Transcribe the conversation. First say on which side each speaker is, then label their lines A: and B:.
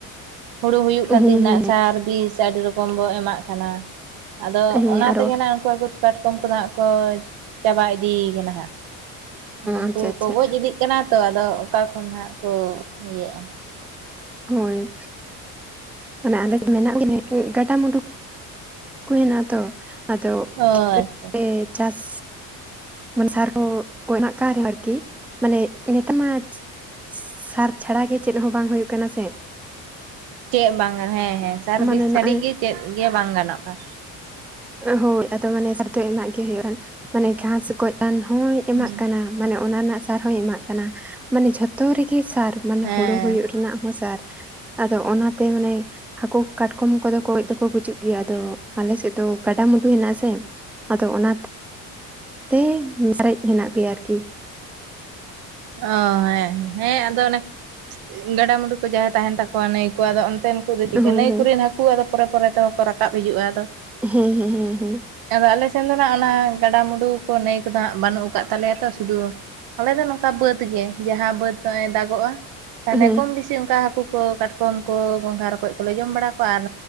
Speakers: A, on the right (about 80°); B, in the centre.
A: ᱦᱩᱲᱩ ᱦᱩᱭᱩᱜ ᱠᱷᱟᱹᱛᱤᱨ
B: ᱦᱮᱸ
A: ᱱᱟᱜ
B: ᱦᱮᱸ
A: ᱥᱟᱨ, ᱵᱤᱥ, ᱟᱰᱤ ᱨᱚᱠᱚᱢ ᱵᱚ ᱮᱢᱟᱜ ᱠᱟᱱᱟ᱾ ᱟᱫᱚ
B: ᱦᱮᱸ
A: ᱚᱱᱟ
B: ᱟᱨᱚ
A: ᱛᱮᱜᱮ ᱱᱟᱜ ᱩᱝᱠᱩ ᱣᱟᱠᱩ, ᱠᱟᱴᱠᱚᱢ ᱠᱚᱫᱚ ᱶᱟᱜ ᱠᱚ ᱪᱟᱵᱟ ᱤᱫᱤᱭ ᱠᱟᱱᱟ ᱦᱟᱸᱜ, ᱢᱟᱱᱮ ᱩᱝᱠᱩ
B: ᱟᱪᱪᱷᱟ ᱟᱪᱪᱷᱟ
A: ᱠᱚ ᱜᱚᱡ ᱤᱫᱤᱜ ᱠᱟᱱᱟ ᱛᱚ ᱟᱫᱚ ᱚᱠᱟ ᱠᱷᱚᱱ ᱦᱟᱜ ᱠᱚ, ᱤᱭᱟᱹᱜᱼᱟ?
B: ᱦᱳᱸᱭ! ᱢᱟᱱᱮ <inaudible> ᱜᱟᱰᱟ, ᱢᱩᱩᱰᱩᱠ ᱠᱚ ᱦᱮᱱᱟᱜᱼᱟ ᱛᱚ᱾ ᱟᱫᱚ
A: ᱚ
B: <inaudible>
A: ᱟᱪᱪᱷᱟ ᱟᱪᱪᱷᱟ
B: ᱪᱟᱥ! ᱢᱟᱱ ᱥᱟᱨ ᱠᱚ, ᱠᱚ ᱮᱢᱟᱜ ᱠᱟᱱ ᱨᱮᱦᱚᱸ ᱟᱨᱠᱤ! ᱢᱟᱱᱮ ᱱᱮᱛᱟ ᱢᱟ ᱪᱤ ᱥᱟᱨ ᱪᱷᱟᱲᱟ ᱜᱮ ᱪᱮᱫ ᱦᱚᱸ ᱵᱟᱝ ᱦᱩᱭᱩᱜ ᱠᱟᱱᱟ, ᱥᱮ!
A: ᱪᱮᱜ ᱵᱟᱝ ᱝᱟᱱ ᱦᱮᱸ-ᱦᱮᱸ, ᱥᱟᱨ,
B: ᱢᱟᱱᱮ
A: ᱵᱤᱥ ᱪᱷᱟᱹᱰᱤᱜ
B: ᱱᱚᱜᱼᱚᱭ
A: ᱜᱮ, ᱪᱮᱫ ᱜᱮ ᱵᱟᱝ ᱜᱟᱱᱚᱜᱼᱟ!
B: ᱟᱹ ᱦᱳᱭ ᱟᱫᱚ ᱢᱟᱱᱮ ᱥᱟᱨᱫᱚ ᱮᱢᱟᱜ ᱜᱮ ᱦᱩᱭᱩᱜᱼᱟᱱ, ᱢᱟᱱᱮ ᱜᱷᱟᱥ ᱜᱚᱡ ᱟᱱ ᱦᱚᱸᱭ ᱮᱢᱟᱜ
A: ᱦᱩᱸ
B: ᱠᱟᱱᱟ᱾ ᱢᱟᱱᱮ ᱚᱱᱟᱱ ᱱᱟᱜ ᱥᱟᱨ ᱦᱚᱸᱭ ᱮᱢᱟᱜ ᱠᱟᱱᱟ᱾ ᱢᱟᱱᱮ ᱡᱷᱚᱛᱚ ᱨᱮᱜᱮ ᱥᱟᱨ! ᱢᱟᱱᱮ
A: ᱦᱮᱸ
B: ᱦᱳᱲᱳ ᱦᱳᱭᱳᱜ ᱨᱮᱱᱟᱜ ᱦᱚᱸ ᱥᱟᱨ, ᱟᱫᱚ ᱚᱱᱟᱛᱮ ᱢᱟᱱᱮ ᱦᱟᱠᱳ, ᱠᱟᱴᱠᱚᱢ ᱠᱚᱫᱚ ᱠᱚᱡ ᱫᱚᱠᱚ ᱜᱩᱡᱩᱜ ᱜᱮᱹᱭᱟ, ᱟᱫᱚ ᱟᱞᱮᱥᱮᱜ ᱫᱚ ᱠᱟᱰᱟ, ᱢᱩᱰᱩ ᱦᱮᱱᱟᱜ ᱟᱥᱮ᱾ ᱟᱫᱚ ᱚᱱᱟᱛᱛᱮ ᱩᱸ ᱥᱟᱨᱮᱡ ᱦᱮᱱᱟᱜ ᱯᱮᱭᱟᱨᱠᱤ᱾
A: ᱚ ᱦᱮᱸ, ᱦᱮᱸ, ᱟᱫᱚ ᱚᱱᱮ ᱜᱟᱰᱟ, ᱢᱩᱰᱩ ᱠᱚ, ᱡᱟᱦᱟᱭ ᱛᱟᱦᱮᱱ ᱛᱟᱠᱚᱣᱟ ᱱᱟᱹᱭ ᱠᱚ᱾ ᱟᱫᱚ ᱚᱱᱛᱮᱱ ᱛᱳᱜ ᱫᱚ ᱪᱤᱠᱟᱹ
B: ᱦᱳᱭ
A: ᱱᱟᱹᱭ
B: ᱦᱳᱭ
A: ᱠᱚᱨᱮᱱ ᱦᱟᱹᱠᱩ, ᱟᱫᱚ ᱯᱚᱨᱮ-ᱯᱚᱨᱮ ᱛᱮᱦᱚᱸ ᱠᱚ ᱨᱟᱠᱟᱵ ᱦᱤᱡᱩᱜᱼᱟ, ᱟᱫᱚ!
B: ᱦᱮᱸ ᱦᱮᱸ ᱦᱮᱸ ᱦᱮᱸ
A: ᱟᱫᱚ ᱟᱞᱮ ᱥᱮᱱ ᱫᱚ ᱱᱟᱜ ᱚᱱᱟ ᱜᱟᱰᱟ, ᱢᱩᱰᱩ ᱠᱚ, ᱱᱟᱹᱭ ᱠᱚᱫᱚ ᱶᱟᱜ ᱵᱟᱹᱱᱩᱜ ᱠᱟᱫ ᱛᱟᱞᱮᱭᱟ! ᱛᱚ ᱥᱩᱫᱩ ᱟᱞᱮ ᱫᱚ ᱱᱚᱝᱠᱟ ᱵᱟᱹᱫᱽ ᱜᱮ᱾ ᱡᱟᱦᱟᱸ ᱵᱟᱹᱫᱽ ᱱᱚᱜᱼᱚᱭ ᱫᱟᱜᱚᱜᱼᱟ, ᱛᱟᱱᱮ
B: ᱦᱮᱸ ᱦᱮᱸ
A: ᱠᱚᱢ ᱵᱤᱥᱤ ᱚᱝᱠᱟ ᱦᱟᱹᱠᱩ ᱠᱚ, ᱠᱟᱴᱠᱚᱢ ᱠᱚ, ᱜᱚᱸᱜᱷᱟ, ᱨᱚᱠᱚᱡ ᱠᱚᱞᱮ ᱡᱚᱢ ᱵᱟᱲᱟ ᱠᱚᱣᱟ ᱟᱨ